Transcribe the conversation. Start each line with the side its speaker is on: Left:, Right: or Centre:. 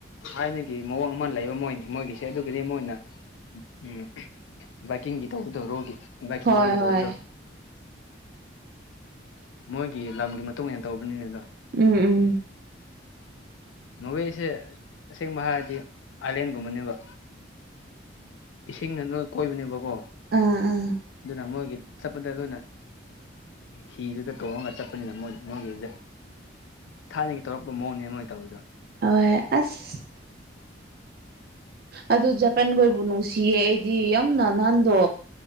Left: ꯊꯥꯏꯅꯒꯤ ꯃꯑꯣꯡ ꯑꯃ ꯂꯩꯕ ꯃꯣꯏ-ꯃꯣꯏꯒꯤꯁꯦ ꯑꯗꯨꯒꯤꯗꯤ ꯃꯣꯏꯅ ꯎꯝ ꯕꯥꯏꯛꯀꯤꯡꯒꯤ ꯇꯧꯕꯗꯣ ꯔꯣꯒꯤ ꯕꯥꯏꯛꯀꯤꯡ
Right: ꯍꯣꯏ
Left: ꯔꯣꯒꯤ
Right: ꯍꯣꯏ
Left: ꯇꯧꯕꯗꯣ ꯃꯣꯏꯒꯤ ꯂꯝꯒꯤ ꯃꯇꯨꯡ ꯏꯟꯅ ꯇꯧꯕꯅꯤꯅꯦ ꯑꯗꯣ
Right: ꯎꯝ ꯎꯝ
Left: ꯅꯣꯕꯦꯁꯦ ꯑꯁꯦꯡꯕ ꯍꯥꯏꯔꯗꯤ ꯑꯥꯏꯂꯦꯟꯒꯨꯝꯕꯅꯦꯕ ꯏꯁꯤꯡꯅ ꯅꯣꯏ ꯀꯣꯏꯕꯅꯦꯕꯀꯣ
Right: ꯎꯝ ꯎꯝ
Left: ꯗꯨꯅ ꯃꯣꯏꯒꯤ ꯆꯠꯄꯗ ꯅꯣꯏꯅꯥ ꯍꯤꯗꯨꯗ ꯇꯣꯡꯉꯒ ꯆꯠꯄꯅꯤꯅ ꯃꯣꯏ ꯃꯣꯏꯒꯤꯖꯦ ꯊꯥꯏꯅꯒꯤ ꯇꯧꯔꯛꯄ ꯃꯑꯣꯡꯅꯦ ꯃꯣꯏ ꯇꯧꯔꯤꯗꯣ
Right: ꯑꯣꯏ ꯑꯁ ꯑꯗꯨ ꯖꯄꯥꯟꯈꯣꯏꯕꯨ ꯅꯨꯡꯁꯤꯌꯦ ꯑꯩꯗꯤ ꯌꯥꯝꯅ ꯅꯍꯥꯟꯗꯣ